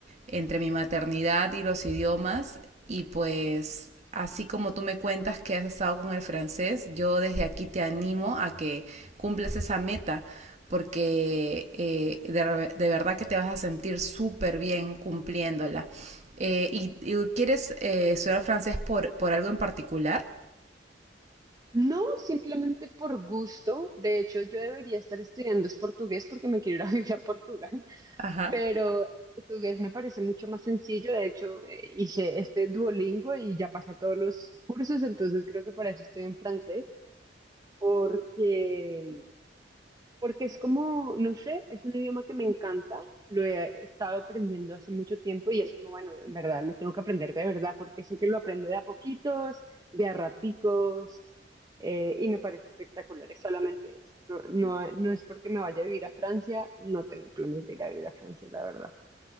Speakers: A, on the right; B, on the right.
A: entre mi maternidad y los idiomas y pues así como tú me cuentas que has estado con el francés, yo desde aquí te animo a que cumplas esa meta porque eh, de, de, verdad que te vas a sentir súper bien cumpliéndola. Eh, y, y, quieres eh, estudiar francés por, por algo en particular?
B: No, simplemente por gusto. De hecho, yo debería estar estudiando es portugués porque me quiero ir a <laughs> vivir a Portugal.
A: Ajá.
B: pero portugués me parece mucho más sencillo. De hecho, eh, hice este Duolingo y ya pasé todos los cursos, entonces creo que por eso estoy en francés, porque, porque es como, no sé, es un idioma que me encanta, lo he estado aprendiendo hace mucho tiempo y es como, bueno, en verdad, lo tengo que aprender de verdad, porque eso que lo aprendo de a poquitos, de a raticos. eh, y me parece espectacular, es solamente eso. No, no no es porque me vaya a vivir a Francia, no tengo planes de ir a vivir a Francia, la verdad.